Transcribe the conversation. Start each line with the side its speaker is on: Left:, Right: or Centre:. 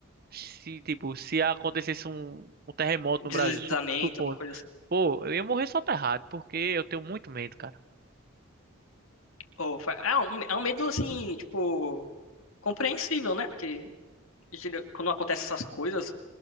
Right: Se, tipo, se acontecesse um, um terremoto
Left: deslizamento,
Right: no Brasil, su- supondo.
Left: alguma coisa assim.
Right: Pô, eu ia morrer soterrado, porque eu tenho muito medo, cara.
Left: Ou, fa- é um, é um medo, assim, tipo, compreensível, né? Porque gera- quando acontecem essas coisas,